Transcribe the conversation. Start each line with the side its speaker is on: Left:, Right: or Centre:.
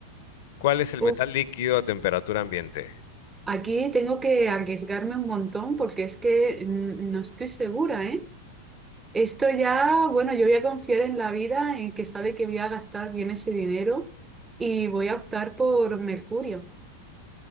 Left: ¿Cuál es el
Right: Uf,
Left: metal líquido a temperatura ambiente?
Right: Aquí tengo que arriesgarme un montón porque es que mm, no estoy segura, ¿eh? Esto ya, bueno, yo voy a confiar en la vida, en que sabe que voy a gastar bien ese dinero y voy a optar por Mercurio.